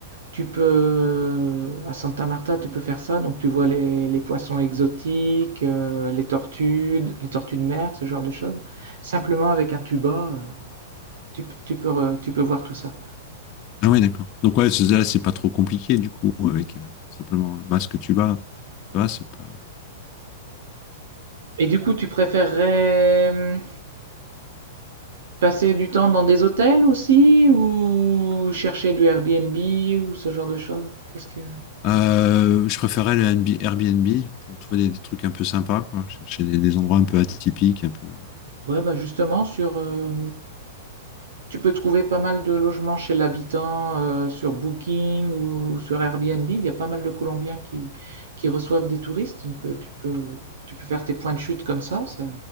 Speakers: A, on the right (about 80°); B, on the left (about 35°).
A: Tu peux, à Santa Marta, tu peux faire ça. Donc, tu vois les, les poissons exotiques, euh, les tortues, les tortues de mer, ce genre de choses. Simplement avec un tuba, euh, tu, p- tu peux, re- tu peux voir tout ça.
B: Ah oui, d'accord. Donc ouais, c'est- là, c'est pas trop compliqué du coup, avec euh, simplement un masque tuba. Tu vois, c'est pas.
A: Et du coup, tu préférerais euh, passer du temps dans des hôtels aussi ou chercher du Airbnb ou ce genre de choses? Qu'est-ce que...
B: Euh, je préférais le NB Airbnb pour trouver des, des trucs un peu sympas, quoi. Chercher des, des endroits un peu atypiques, un peu.
A: Ouais, bah justement, sur, euh, Tu peux trouver pas mal de logements chez l'habitant euh, sur Booking ou sur Airbnb. Il y a pas mal de Colombiens qui, qui reçoivent des touristes, donc euh, tu peux, tu peux faire tes points de chute comme ça, ça,